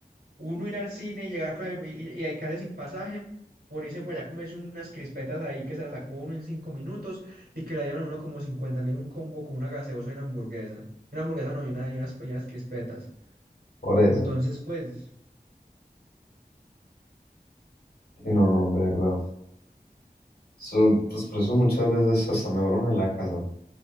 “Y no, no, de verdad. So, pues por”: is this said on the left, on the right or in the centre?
Left